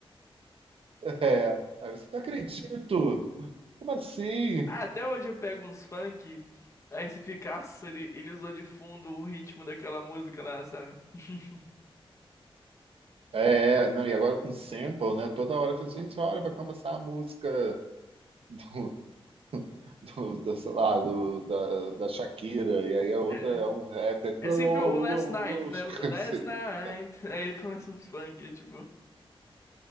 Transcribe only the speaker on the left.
Ah, Até hoje eu pego uns funk. Aí se ficasse, ele, ele usou de fundo o ritmo daquela música lá, sabe? <laughs>
É.
É
sempre
o Last
Night,
né?
Last
Night. <laughs> Aí começa uns funk, tipo.